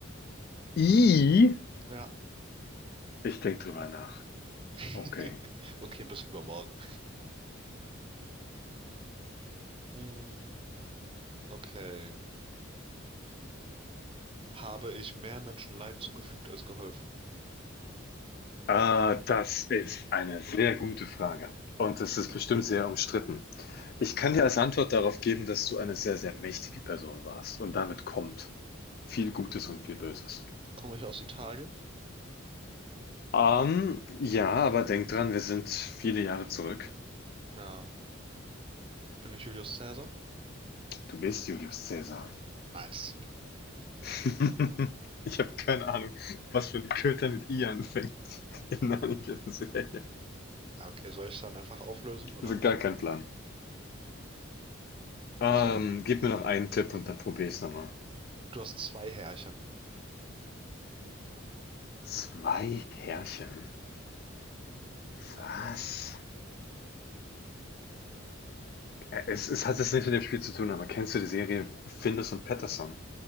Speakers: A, on the left; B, on the right.
A: I,
B: Ja.
A: ich denke drüber nach.
B: <laughs>
A: Okay.
B: Okay, bis übermorgen. Mm, okay. Habe ich mehr Menschen Leid zugefügt als geholfen?
A: Ah, das ist eine sehr gute Frage. Und das ist bestimmt sehr umstritten. Ich kann dir als Antwort darauf geben, dass du eine sehr, sehr mächtige Person warst und damit kommt viel Gutes und viel Böses.
B: Komme ich aus Italien?
A: Ähm, ja, aber denk dran, wir sind viele Jahre zurück.
B: Ja. Bin ich Julius Caesar?
A: Du bist Julius Caesar.
B: Nice.
A: <laughs> Ich habe keine Ahnung, was für ein Köter mit I anfängt <laughs> in der Serie.
B: Ja, Okay, soll ich dann einfach auflösen, oder?
A: Also gar kein Plan. Ähm,
B: Also,
A: gib mir noch einen Tipp und dann probier ich's nochmal.
B: du hast zwei Härchen.
A: Zwei Herrchen? Was? Äh, Es, es hat jetzt nichts mit dem Spiel zu tun, aber kennst du die Serie Findus und Patterson?